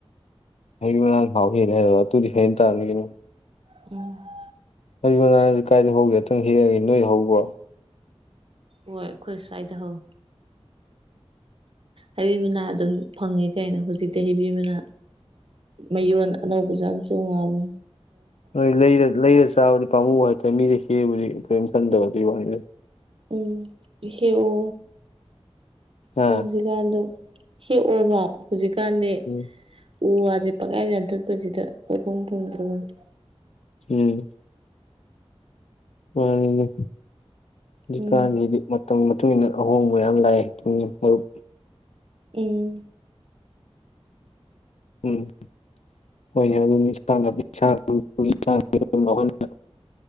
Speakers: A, on the left (about 90°); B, on the right (about 55°).
A: ꯍꯩꯕꯤ ꯃꯅꯥꯅ ꯍꯥꯎꯕ ꯍꯦꯜꯂꯤꯔꯣ ꯑꯗꯨꯨꯗꯤ ꯍꯦꯟꯇꯕꯅꯤ ꯀꯩꯅꯣ
B: <unintelligible>
A: ꯍꯩꯕꯤꯃꯅꯥ ꯀꯥꯏꯗ ꯍꯧꯖꯒꯦ ꯑꯝꯇ ꯍꯦꯛꯀꯦ ꯅꯣꯏꯗ ꯍꯧꯕ꯭ꯔꯣ
B: ꯍꯣꯏ ꯑꯩꯈꯣꯏ ꯁ꯭ꯋꯥꯏꯗ ꯍꯧꯏ ꯍꯩꯕꯤ ꯃꯅꯥ ꯑꯗꯨꯝ ꯐꯪꯉꯤ ꯀꯩꯅꯣ ꯍꯧꯖꯤꯛꯇꯤ ꯍꯩꯕꯤ ꯃꯅꯥ ꯃꯌꯣꯟ ꯑꯅꯧꯕꯁꯨꯦ ꯌꯥꯝ ꯆꯣꯡꯉꯕꯅꯤ
A: ꯍꯣꯏ ꯂꯩꯔ ꯂꯩꯔ ꯆꯥꯕꯅꯤ ꯄꯥꯝꯃꯨ ꯍꯥꯏꯇꯥꯔꯦ ꯃꯤꯗꯩ ꯍꯦꯛꯑꯕꯨꯗꯤ ꯀꯔꯤꯝ ꯈꯟꯗꯕ ꯑꯗꯨꯒꯤ ꯋꯥꯅꯤꯅꯦ
B: ꯎꯝ ꯍꯦꯛ ꯑꯣ
A: ꯍꯥ
B: ꯍꯧꯖꯤꯛꯀꯥꯟꯗ ꯍꯦꯛꯑꯣꯕ ꯍꯧꯖꯤꯛꯀꯥꯟꯗꯤ
A: ꯎꯝ
B: ꯎ ꯋꯥꯁꯦ ꯄꯪꯌꯥꯟ ꯌꯥꯟꯊꯠꯄꯁꯤꯗ ꯄꯪꯄꯨꯝ ꯄꯨꯡꯗ꯭ꯔꯕꯅꯤ
A: ꯎꯝ ꯃꯅꯤꯅꯦ ꯍꯧꯖꯤꯛꯀꯥꯟꯖꯤꯗꯤ
B: ꯎꯝ
A: ꯃꯇꯝ ꯃꯇꯨꯡ ꯏꯟꯅ ꯑꯍꯣꯡꯕ ꯌꯥꯝ ꯂꯥꯛꯑꯦ ꯗꯨꯅꯤ ꯃꯔꯨꯞ
B: ꯑꯝ
A: ꯎꯝ <unintelligible>